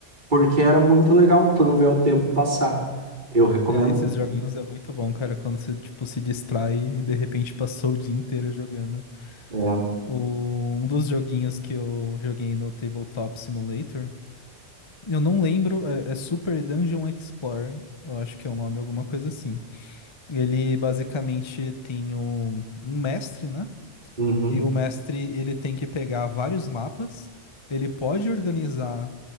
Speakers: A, on the right; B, on the left.
A: porque era muito legal. Tu não vê o tempo passar. Eu recomendo.
B: É, esses joguinhos é muito bom, cara, quando você, tipo, se distrai e de repente passou o dia inteiro jogando.
A: É.
B: O- um dos joguinhos que eu joguei no Tabletop Simulator, eu não lembro, é, é Super Dungeon Explorer, eu acho que é o nome, alguma coisa assim. Ele basicamente tem um, um mestre, né?
A: Uhum,
B: E o mestre ele tem que pegar vários mapas, ele pode organizar